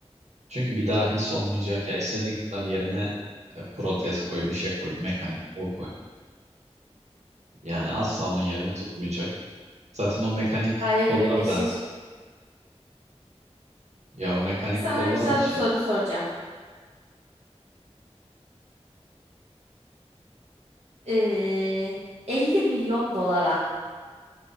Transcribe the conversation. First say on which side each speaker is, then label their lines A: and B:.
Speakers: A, on the right (about 85°); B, on the right (about 70°).
A: Çünkü bir daha his olmayacak ya istediğin kadar yerine e, protez koy, bir şey koy, mekanik kol koy. Yani asla onun yerini tutmayacak. Zaten o mekanik
B: Aya
A: kollar
B: göre değişir.
A: da ya o mekanik
B: Sana
A: kollar
B: güzel
A: da şey.
B: bir soru soracağım. Ee, 50 milyon dolara